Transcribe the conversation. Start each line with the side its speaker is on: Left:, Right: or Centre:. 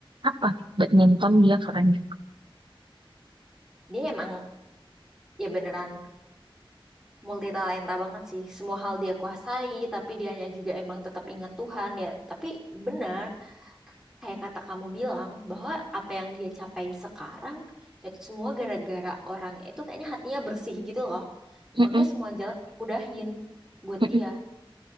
Right: apa badminton dia keren juga
Centre: Dia emang ya beneran. multitalenta banget sih. Semua hal dia kuasai, tapi dianya juga emang tetap ingat Tuhan ya. Tapi benar, kayak kata kamu bilang, bahwa apa yang dia capai sekarang, ya itu semua gara-gara orang itu kayaknya hatinya bersih gitu loh.
Right: Mm-mm,
Centre: Makanya semua jalan dimudahin buat
Right: mm-mm.
Centre: dia.